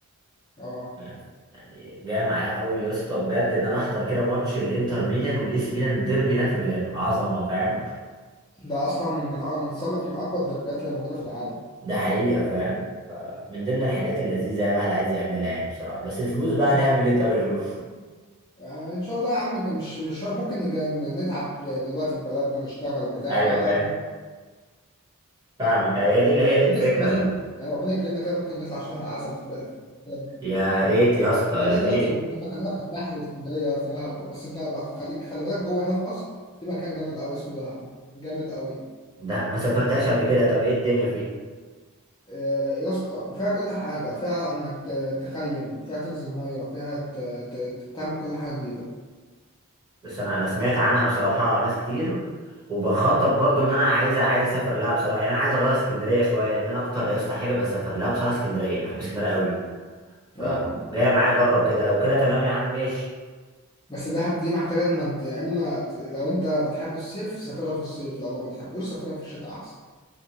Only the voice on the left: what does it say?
أه
ده اصلا من أق- متصنف من اقوى الدربيات اللي موجوده في العالم
يعني ان شاء الله يا عم ج- مش مش ممكن نج- نتعب دلوقتي في بلدنا نشتغل بتاع
بحيث
إن مثلا
يعني ربنا يكرمنا كده ممكن نطلع شهر عسل في البلد في البلد.
اه
يعني
خلينا دلوقتي
جوه هنا، خلينا في الساحل واسكندريه في دهب بس انت بقى خليك خلي بالك جوه هنا في مصر في مكان جامد قوي اسمه دهب جامد قوي
آه، يا اسطى وفيها كل حاجه فيها انك ت- تخيم فيها تنزل ميه فيها ت- ت- تعمل كل حاجه جديده
اه آه.
بس دهب دي محتاجة ان انت يا اما ت- لو انت بتحب الصيف سافرها في الصيف لو ما بتحبوش سافرها في الشتاء احسن